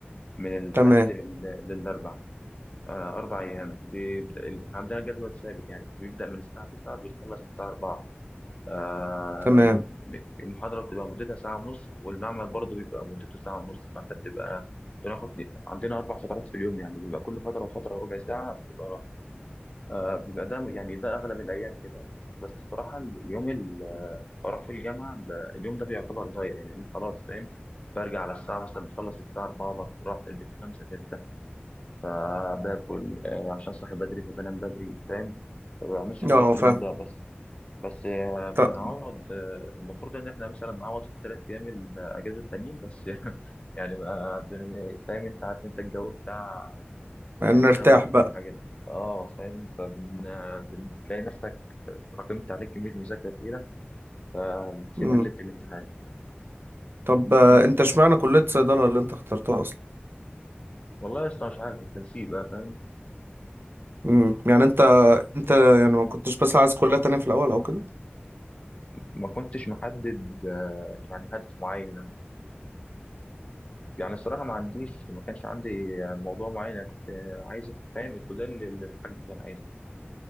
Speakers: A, on the left; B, on the right.
A: من الحد
B: تمام
A: لل- للأربع آه، أربع أيام بيبدأ عندنا جدول ثابت يعني بيبدأ من الساعة 9 بيخلص الساعة 4 آه،
B: تمام
A: المحاضرة بتبقى مدتها ساعة ونص والمعمل برضه بيبقى مدته ساعة ونص فأنت بتبقى بناخد عندنا أربع فترات في اليوم يعني بيبقى كل فترة وفترة ربع ساعة بتبقى راحة آه، بيبقى ده يعني ده أغلب الأيام كده بس الصراحة اليوم اللي بروح فيه الجامعة ده اليوم ده بيعتبر ضايع يعني لأن خلاص فاهم برجع على الساعة مثلا بخلص الساعة 4 بكون رحت البيت 5 6 فباكل آه، عشان صاحي بدري فبنام بدري فاهم ما بعملش حاجه
B: اه
A: في
B: فاهم
A: اليوم ده بس بس آه، بنعوض
B: طب
A: آه، المفروض ان احنا مثلا نعوض في الثلاث ايام الاجازه التانيين بس <laughs> يعني ما بن- فاهم انت عارف انت الجو بتاع بنسوف
B: نرتاح بقى
A: والحاجات دي اه فاهم فبن آه، بتلاقي نفسك راكمت عليك كميه مذاكره تقيله فبتسيبها
B: مم.
A: ليله الامتحان
B: طب
A: <laughs>
B: آه،
A: ممكن-
B: انت اشمعنى كلية صيدلة اللي انت اخترتها اصلا
A: والله يا اسطى مش عارف التنسيق بقى فاهم
B: مم. يعني انت انت يعني ما كنتش بس عايز كلية تانية في الأول او كده
A: ما كنتش محدد آه، يعني هدف معين يعني الصراحة ما عنديش ما كانش عندي موضوع معين أنا كنت عايز أدخل، فاهم الكلية اللي اللي الحاج كان عايزها